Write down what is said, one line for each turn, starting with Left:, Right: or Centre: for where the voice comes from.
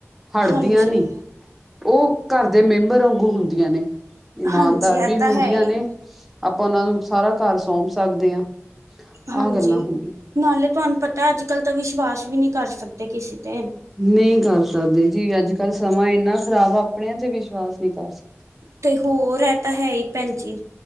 Centre: ਹੜਦੀਆਂ
Right: ਹਾਂਜੀ,
Centre: ਨੀ ਉਹ ਘਰ ਦੇ ਮੈਂਬਰ ਆਗੂ ਹੁੰਦੀਆਂ ਨੇ ਇਮਾਨਦਾਰ
Right: ਹਾਂਜੀ ਇਹ
Centre: ਵੀ ਹੁੰਦੀਆਂ
Right: ਤਾਂ ਹੈ ਹੀ
Centre: ਨੇ ਆਪਾਂ ਉਹਨਾਂ ਨੂੰ ਸਾਰਾ ਘਰ ਸੌਂਪ ਸਕਦੇ ਆ।
Right: ਹਾਂਜੀ।
Centre: ਆਹ ਗੱਲਾਂ ਹੁੰਦੀਆਂ
Right: ਨਾਲੇ ਤੁਹਾਨੂੰ ਪਤਾ ਅੱਜ ਕੱਲ ਤਾਂ ਵਿਸ਼ਵਾਸ ਵੀ ਨਈ ਕਰ ਸਕਦੇ ਕਿਸੇ ਤੇ
Centre: ਨਈ ਕਰ ਸਕਦੇ ਜੀ ਅੱਜ ਕੱਲ੍ਹ ਸਮਾਂ ਏਨਾ ਖ਼ਰਾਬ ਆ ਆਪਣਿਆਂ ਤੇ ਵਿਸ਼ਵਾਸ ਨੀਂ ਕਰ ਸਕ
Right: ਤੇ ਹੋਰ ਐਹ ਤਾਂ ਹੈ ਹੀ ਭੈਣਜੀ